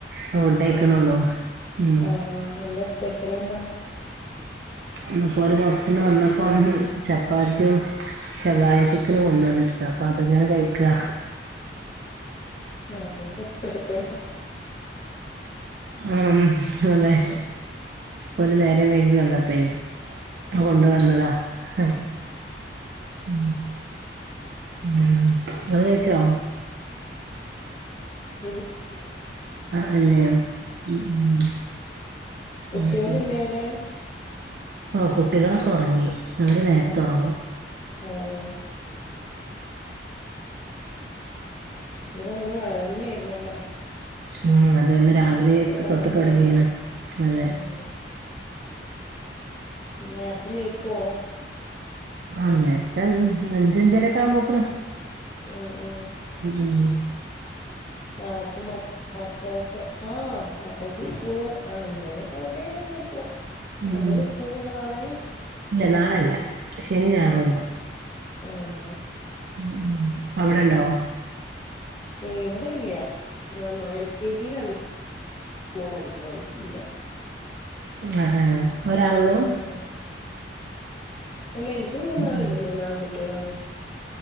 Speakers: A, on the right; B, on the left.
A: ഫുഡ് കഴിക്കണൊള്ളൂ
B: ആഹ്
A: ഉം
B: ആഹാ എന്താ സ്പെഷ്യൽ എന്താ?
A: ഇന്ന്പ്പോല് പൊർത്ത്ന്ന് വന്നപ്പം ചപ്പാത്ത്യും ശവായ ചിക്കനും കൊണ്ട്‌ വന്നിട്ടിണ്ട്. അപ്പൊ അത്ങ്ങനെ കഴിക്കാ.
B: ആ, സ്പെഷ്യൽ
A: ആഹ് അതെ
B: ഉം,
A: ഓല് നേരം വെയ്കി വന്നപ്പേ കൊണ്ടുവന്നതാ. ഹാ ഉം ഇങ്ങൾ കഴിച്ചോ?
B: <unintelligible>
A: ആഹ് അല്ലെ ഉം ഉം
B: കുട്ട്യോൾ
A: അത് ശരി
B: ഇല്ലെ അവിടെ?
A: ഓഹ് കുട്ടികളൊക്കെ ഒറങ്ങി അവര് നേരത്തെ
B: ഏഹ്
A: ഒറങ്ങും. <inaudible>
B: ആഹ് ഇതൊന്ന് മഴ തന്നേയിരുന്നല്ലോ
A: ഉം അതെന്ന രാവിലെ
B: തുടങ്ങിയ
A: തൊട്ട് തുടങ്ങിയാണ് അതെ
B: ഉം നേരത്തെ എണീക്കോ
A: ആഹ് നേരത്തെ അഞ്ചഞ്ചരക്കെ ആമ്പോത്തേനും
B: മ്
A: മ് മ്
B: ആഹ് അപ്പ മക്കൾക്ക് ആഹ് മക്കൾക്ക് സ്കൂള് ആഹ് അഞ്ച് മണിയൊക്കെ ആവുമ്പോത്തേക്ക് ഞാൻ എണീക്കും
A: ഉം
B: അപ്പൊ സ്കൂൾ ഇണ്ട നാളെം
A: ഇല്ല നാളെല്ല ശനി ഞായറും
B: ആഹ് ആഹ്
A: മ് അവിടെണ്ടോ
B: ഏഹ് ഇവിടെല്ല എൽ കെ ജിയിലാണ് മോന് പടിക്കണ് എനിക്കില്ല
A: അതാ ഒരാളുളളൂ
B: ആഹ് അല്ല എനിക്ക് മൂന്നാളുണ്ട്
A: ഉം
B: മൂന്നാൺ കുട്ടികളാണ്